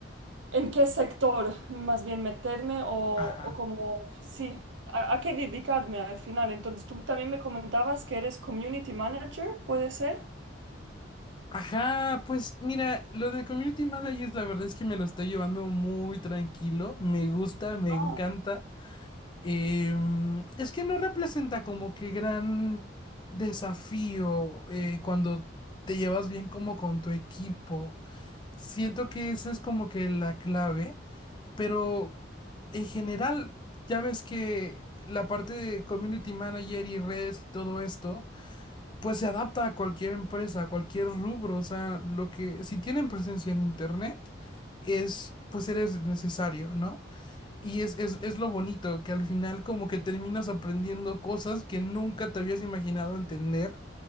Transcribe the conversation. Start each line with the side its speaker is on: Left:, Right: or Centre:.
Right: en qué sector más bien meterme o,
Left: Ajá.
Right: o como, sí, a, a qué dedicarme al final. Entonces, tú también me comentabas que eres community manager, ¿puede ser?
Left: Ajá, pues mira, lo de Community Managers la verdad es que me lo está llevando muy tranquilo, me gusta, me
Right: Ah,
Left: encanta. Em, es que no representa como que gran desafío eh, cuando te llevas bien como con tu equipo. Siento que esa es como que la clave, pero en general ya ves que la parte de Community Manager y redes y todo esto pues se adapta a cualquier empresa, a cualquier rubro, o sea, lo que, si tienen presencia en internet, es, pues eres necesario, ¿no? Y es, es, es lo bonito, que al final como que terminas aprendiendo cosas que nunca te habías imaginado entender,